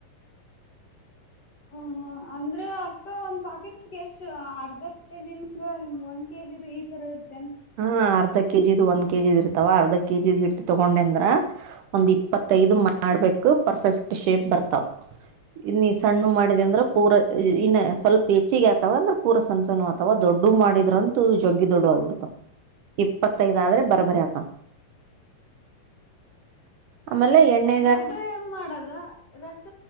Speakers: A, on the right; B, on the left.
A: <inaudible>
B: ಹ ಹ ಅಂದ್ರೆ ಅಕ್ಕ ಒಂದ್ ಪಾಕೆಟ್ಗೆ ಎಷ್ಟು ಅರ್ಧ ಕೆಜಿಂಗ ಒಂದ್ ಕೆಜಿ ಇತರ ಇರ್ತ.
A: ಹಾ ಅರ್ಧ ಕೆಜಿದು ಒಂದ್ ಕೆಜಿದು ಇರ್ತವ ಅರ್ಧ ಕೆಜಿದ್ ಹಿಟ್ ತೊಗೊಂಡೆಂದ್ರ. ಒಂದ್ ಇಪ್ಪತ್ತೈದು ಮಾಡ್ಬೇಕು ಪರ್ಫೆಕ್ಟ್ ಶೇಪ್ ಬರ್ತಾವ್. ಇನ್ ನೀ ಸಣ್ಣುವ್ ಮಾಡಿದಂದ್ರ ಪೂರ ಇನ್ನ ಸ್ವಲ್ಪ್. ಹೆಚ್ಚಿಗ್ಯಾತವಂದ್ರ ಪೂರ ಸಣ್ ಸಣ್ಣುವ್ ಆತವ ದೊಡ್ದುವ್ ಮಾಡಿದ್ರಂತೂ ಜಗ್ಗಿ ದೊಡುವ್ ಆಗ್ಬಿಡ್ತಾವ್. ಇಪ್ಪತ್ತೈದ್ ಆದ್ರೆ ಬರಬ್ಬರಿ ಆತವ್ ಆಮೇಲೆ ಎಣ್ಣೆ.
B: ಅದೆ ಹೆಂಗ್ ಮಾಡದ ರಸ.